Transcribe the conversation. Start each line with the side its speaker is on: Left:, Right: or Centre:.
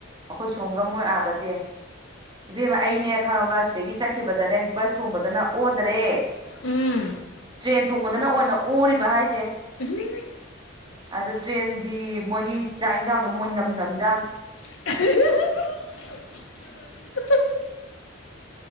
Right: ꯑꯩꯈꯣꯏ ꯁꯣꯝꯒ ꯃꯣꯏ ꯑꯒꯗꯤ ꯏꯕꯦꯝꯃ ꯑꯩꯅꯦ ꯈꯪꯉꯕ ꯁꯤꯗꯒꯤ ꯆꯠꯀ ꯗꯅꯦ ꯕꯁ ꯇꯣꯡꯕꯗꯅ ꯑꯣꯗꯔꯦ
Left: ꯎꯝ
Right: ꯇ꯭ꯔꯦꯟ ꯇꯣꯡꯕ ꯑꯗꯨꯅ ꯑꯣꯏꯅ ꯎꯔꯤꯕ ꯍꯥꯏꯁꯦ
Left: ꯍꯏ ꯍꯏ
Right: ꯑꯗꯨ ꯇ꯭ꯔꯦꯟꯒꯤ ꯃꯣꯏꯒꯤ ꯆꯥꯛ ꯌꯦꯟꯁꯥꯡꯗꯣ ꯃꯣꯏ ꯅꯝ ꯅꯝꯖꯥꯠꯅꯤ
Left: <unintelligible> <unintelligible>